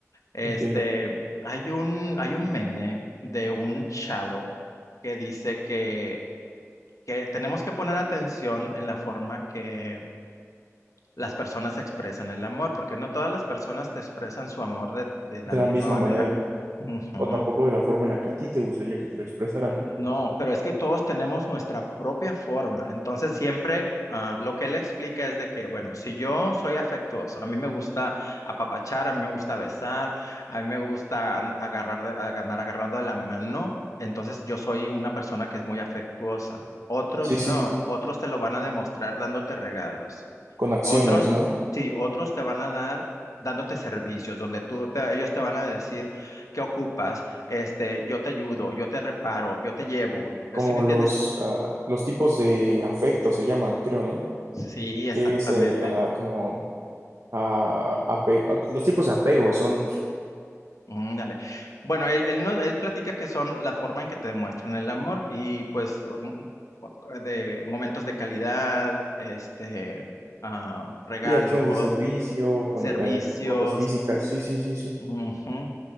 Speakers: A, on the left; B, on the right.
A: Este,
B: entiendo.
A: hay un, hay un meme de un chavo que dice que, que tenemos que poner atención en la forma que las personas expresan el amor, porque no todas las personas te expresan su amor de, de la
B: De
A: misma
B: la misma
A: manera.
B: manera,
A: Ujú.
B: o tampoco de la forma en la que a ti te gustaría que te lo expresaran.
A: No, pero es que todos tenemos nuestra propia forma. Entonces siempre ah, lo que él explica es de que, bueno, si yo soy afectuoso, a mí me gusta apapachar, a mí me gusta besar, a mí me gusta an- agarrar, de- ag- andar agarrando de la mano, entonces yo soy una persona que es muy afectuosa. Otros
B: Sí, sí,
A: no, otros te lo van a demostrar dándote regalos.
B: con acciones,
A: Otros,
B: ¿no?
A: sí, otros te van a dar dándote servicios donde tú te- ellos te van a decir qué ocupas, este, yo te ayudo, yo te reparo, yo te llevo.
B: Como
A: ¿Sí me entiendes?
B: los, ah, los tipos de afecto se llaman, creo, ¿no?
A: Sí, exactamente.
B: Que es eh, ah, como ah, ape- ah, los tipos de apego son.
A: Mm, dale. Bueno, él, él, no- él platica que son la forma en que te demuestran el amor y pues mm, mm, de momentos de calidad, este, ah, regalos,
B: Sí, acciones de servicio, con
A: servicios.
B: eh, cuotas físicas, sí, sí, sí, sí.
A: Ujú.